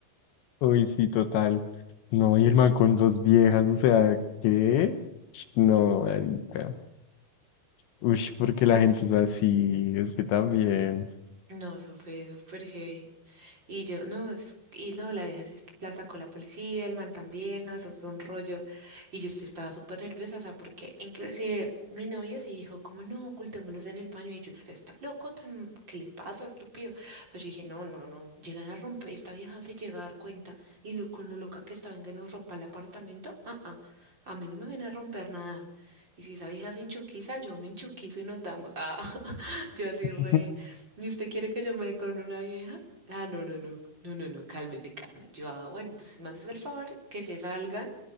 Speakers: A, on the left; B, on the right.
A: Uy, sí, total. No, y el man con dos viejas, o sea, ¿qué? No, marica. Uy, porque la gente es así, es que también.
B: No, eso fue súper heavy. Y yo, no, es- y no, la vieja sí la sacó la policía, el man también, no, eso fue un rollo. Y yo sí estaba súper nerviosa, o sea, porque inclusive mi novio sí dijo, como no, ocultémoslos en el baño. Y yo, usted está loco, tan, ¿qué le pasa, estúpido? O sea, yo dije, no, no, no, llegan a romper, esta vieja se llega a dar cuenta. Y lo, con lo loca que estaba en que nos ropa el apartamento, ah, ah, a mí no me viene a romper nada. Y si esa vieja se enchuquiza, yo me enchuquizo y nos damos. Ah, <laughs> yo así
A: <laughs>
B: re, ¿y usted quiere que yo me dé con una vieja? Ah, no, no, no, no, no, no, cálmese, cálmese. Yo, ah, bueno, entonces me haces el favor que se salgan,